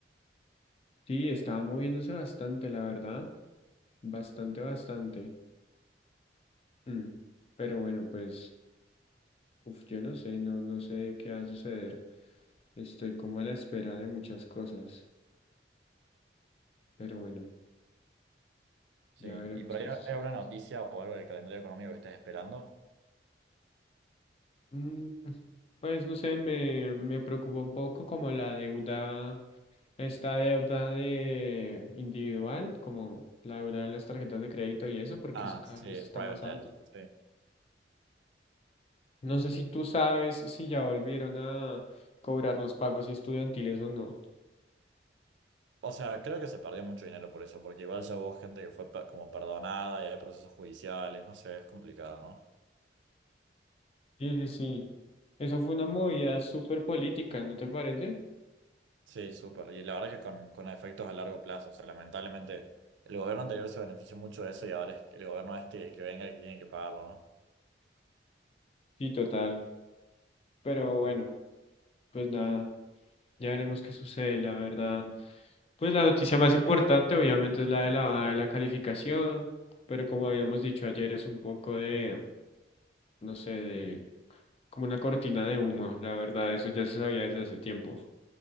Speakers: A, on the left; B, on the right.
A: Sí, estaba moviéndose bastante, la verdad. Bastante, bastante. Mm, Pero bueno, pues, uf, yo no sé, no, no sé qué va a suceder. Estoy como a la espera de muchas cosas. Pero bueno,
B: Sí.
A: ya veremos
B: ¿Y por
A: qué
B: ahí
A: sucede.
B: hay alguna noticia o algo del calendario económico que estés esperando?
A: Mm, Pues no sé, me, me preocupa un poco como la deuda esta deuda de individual, como la deuda de las tarjetas de crédito y eso, porque
B: Ah,
A: eso cada
B: sí,
A: vez está
B: private
A: más
B: jet.
A: alto.
B: Sí.
A: No sé si tú sabes si ya volvieron a cobrar los pagos estudiantiles o no.
B: O sea, creo que se perdió mucho dinero por eso, porque igual ya hubo gente que fue pe- como perdonada y hay procesos judiciales. No sé, es complicado, no
A: Sí, sí, sí. Eso fue una movida súper política, ¿no te parece?
B: Sí, súper. Y la verdad que con, con efectos a largo plazo, o sea, lamentablemente el gobierno anterior se benefició mucho de eso y ahora es el gobierno este el que venga el que tiene que pagarlo, ¿no?
A: Sí, total. Pero bueno, pues nada, ya veremos qué sucede, la verdad. Pues la noticia más importante obviamente es la de la baja de la calificación, pero como habíamos dicho ayer es un poco de, no sé, de como una cortina de humo, la verdad, eso ya se sabía desde hace tiempo.